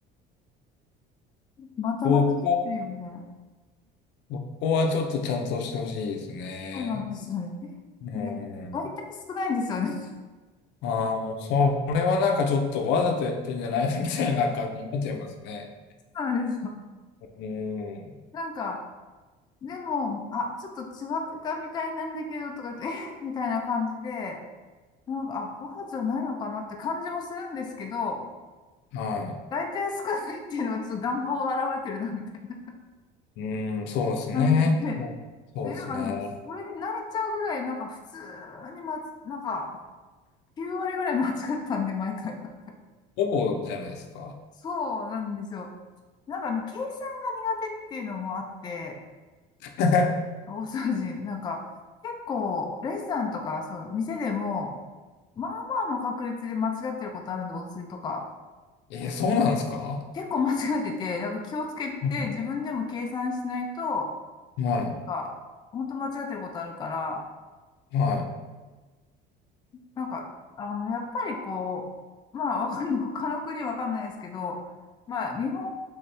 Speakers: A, on the left (about 20°); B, on the left (about 65°).
A: <laughs> また間違ってるよみたいな。
B: そこそこはちょっとちゃんとしてほしいですね。
A: そうなんですよね。
B: うん。
A: で、大体少ないんですよね。<laughs> そ
B: ああ、もうそれはなんかちょっとわざとやってんじゃないのみたいな感じになっちゃいますね。
A: うなんですよ。
B: うん。
A: なんか、でも、あ、ちょっと違ってたみたいなんだけど、とか言って、えみたいな感じで、なんか、あ、母じゃないのかなって感じもするんですけど、
B: は
A: 大体少ないっていうのはちょっと願望が現れてるな、みたいな
B: い。うん、そうですね。
A: 感じで。
B: そうそうですね。
A: え、なんかでも、それに慣れちゃうぐらい、なんか普通にまつ、なんか、9割ぐらい間違ったんで、毎回、なんか。
B: ほぼじゃないですか。
A: そうなんですよ。なんかね、計算が苦手っていうのもあって、
B: <laughs>
A: 大掃除、なんか、結構、レストランとか、そう、店でも、まあまあの確率で間違ってることあるんで、お釣りとか。
B: えー、そうなんですか
A: 結構間違えてて、なんか気をつけて、
B: うん
A: 自分でも計算しないと、
B: はい、
A: なんか、本当間違ってることあるから、
B: は
A: なんか、あの、やっぱりこう、まあ、わかんない、他の国わかんないですけど、まあ、日本